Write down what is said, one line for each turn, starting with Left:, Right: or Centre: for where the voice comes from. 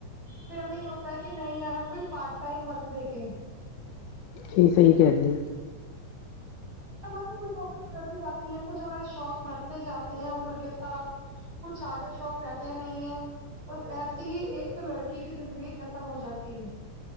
Right: پھر ہمیں یہ ہو تا کہ نہیں یار ہم کوئی پارٹ ٹائم ورک دیکھیں
Left: جی صحیح کہہ رہی ہیں
Right: ہماری کچھ ہوم کتی جاتی ہیں کچھ ہمارے شوق مرتے جاتے ہیں عمر کے ساتھ کچھ آگے شوق رہتے نہیں ہے بس ایسی ہی ایک لڑکی کی زندگی ختم ہو جاتی ہے